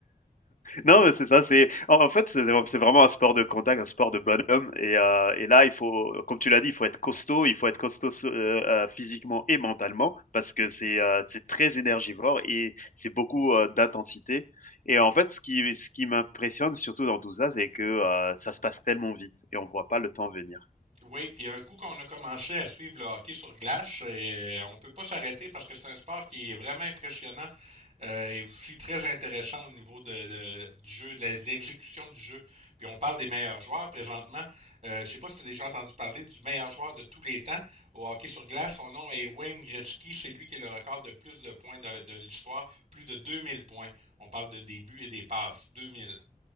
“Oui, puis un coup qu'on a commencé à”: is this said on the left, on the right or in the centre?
Right